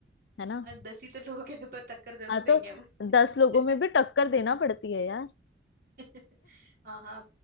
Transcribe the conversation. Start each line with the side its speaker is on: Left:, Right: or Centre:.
Left: है ना
Right: और दस ही तो लोग हैं पर टक्कर जरूर
Left: हाँ तो
Right: देंगे हम
Left: दस लोगों
Right: <laughs>
Left: में भी टक्कर देना पड़ती है यार
Right: <laughs> हाँ हाँ